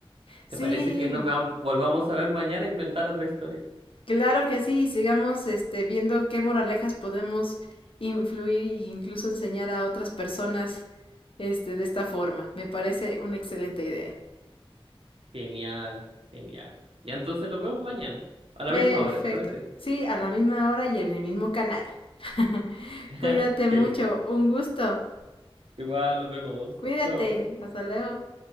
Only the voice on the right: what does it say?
¿Te parece que nos veam- volvamos a ver mañana e inventar otra historia?
Genial, genial. Ya entonces nos vemos mañana, a la
misma hora, ¿te parece?
<laughs>
Genial.
Igual nos vemos.
Chao.